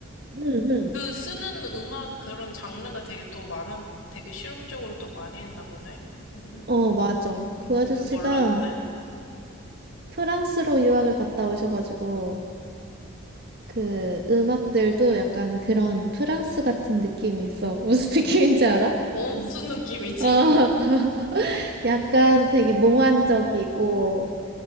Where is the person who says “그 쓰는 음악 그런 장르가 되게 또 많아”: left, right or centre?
Left